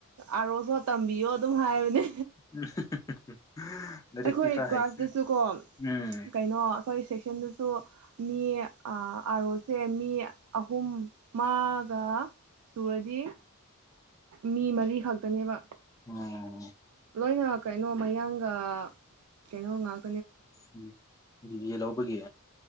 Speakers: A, on the right (about 75°); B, on the left (about 15°).
A: ꯑꯥꯔꯣꯁꯨ ꯇꯝꯕꯤꯌꯣ ꯑꯗꯨꯝ ꯍꯥꯏꯕꯅꯦ
B: <unintelligible>
A: ꯑꯩꯈꯣꯏ
B: ꯈꯔ
A: ꯀ꯭ꯂꯥꯁꯇꯁꯨ
B: ꯍꯩ
A: ꯀꯣ
B: ꯎꯝ
A: ꯀꯩꯅꯣ ꯑꯩꯈꯣꯏ ꯁꯦꯛꯁꯟꯗ ꯁꯣ ꯃꯤ ꯑꯥꯔꯣꯁꯦ ꯃꯤ ꯑꯍꯨꯝ ꯑꯃꯒ ꯁꯨꯔꯖꯤ ꯃꯤ ꯃꯔꯤ ꯈꯛꯇꯅꯦꯕ
B: ꯎꯝ
A: ꯂꯣꯏꯅ ꯀꯩꯅꯣ ꯃꯌꯥꯡꯒ ꯀꯩꯅꯣ ꯉꯥꯛ
B: ꯎꯝ ꯕꯤꯔ‌ꯦ ꯂꯧꯕꯒꯤ